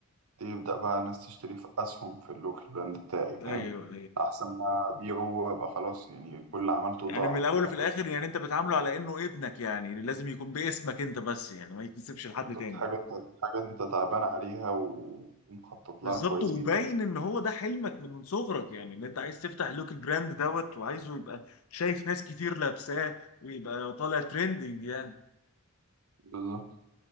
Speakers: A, on the right (about 90°); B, on the left (about 75°).
A: يبدأ بقى ناس تشتري في اسهم في اللوكال براند بتاعي
B: ايوه
A: فاهم
B: ايوه
A: احسن ما ابيعه وابقى خلاص يعني كل اللي عملته
B: يعني
A: ضاع
B: من الاول
A: في الاخر
B: وفي الاخر يعني انت بتعامله على انه ابنك يعني لازم يكون باسمك انت بس يعني ما يتنسبش لحد
A: بالظبط
B: تاني
A: حاجة انت حاجة انت تعبان عليها و- ومخطط
B: بالظبط
A: لها كويس
B: وباين
A: جدا
B: ان هو ده حلمك من من صغرك يعني ان انت عايز تفتح لوك البراند دوت وعايزه يبقى شايف ناس كتير لابساه ويبقى طالع ترندنج يعني
A: بالظبط